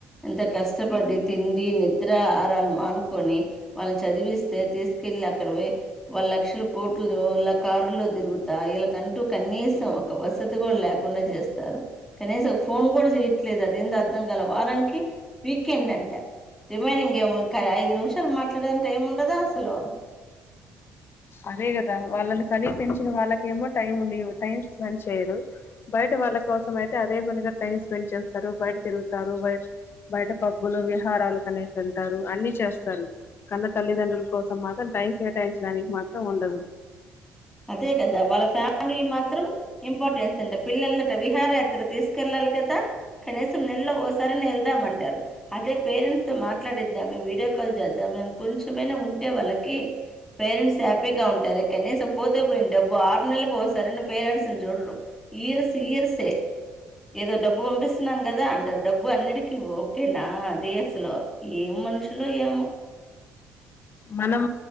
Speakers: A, in the centre; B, on the left (about 45°).
A: ఎంత కష్టపడి తిండి నిద్ర ఆహారాలు మానుకొని వాళ్ళని చదివిస్తే తీసుకెళ్ళి అక్కడ పోయి వాళ్ళ లక్షల కోట్లు <unintelligible> కారు లో తిరుగుతా వీళ్ళ కంటూ కనీస్ ఒక వసతి కూడా లేకుండా చేస్తారు కనీసం ఫోన్ కూడా చేయట్లేదు, అదేందొ అర్థం గాల వారానికి వీకెండ్ అంట రిమైనింగ్ ఏమో ఐదు నిమిషాలు మాట్లాడడానికి టైం ఉండదా అసలు.
B: అదే కదా వాళ్ళని కనీ పెంచిన వాళ్ళకేమో టైం లేవు టైం స్పెండ్ చేయరు, బయట వాళ్ళ కోసం అయితే అదే పనిగా టైం స్పెండ్ చేస్తారు, బయట తిరుగుతారు బయట పబ్బులు విహారాలు కనేసి వెళ్తారు అన్ని చేస్తారు, కన్న తల్లిదండ్రుల కోసం మాత్రం టైం కేటాయించడానికి మా త్రం ఉండదు
A: అదే కదా వాళ్ళ ఫ్యామిలీ మాత్రం ఇంపార్టెన్స్ అంట పిల్లల్నట విహార యాత్రకు తీసుకెళ్ళాలి కదా కనీసం నెల్లో ఓసా సరేలే వెళ్దామ అంటారు అదే పేరెంట్స్ తో మాట్లాడిద్దాం వీడియో కాల్ చేద్దాం కొంచెమయిన ఉన్ టె వాళ్ళకి పేరెంట్స్ హ్యాపీగా ఉంటారు కనీసం తే పోయింది డబ్బు ఆరు నెలలకు ఒకసారి అన్న పేరెంట్స్ చూడరు ఇయర్స్ ఇయర్సే ఏదో డబ్బు పంపిస్తున్నాం కదా అన్ డబ్బు అన్నిటికిీ ఓకేనా డీఎస్ లో ఏం మనుషులో ఏమో
B: మనం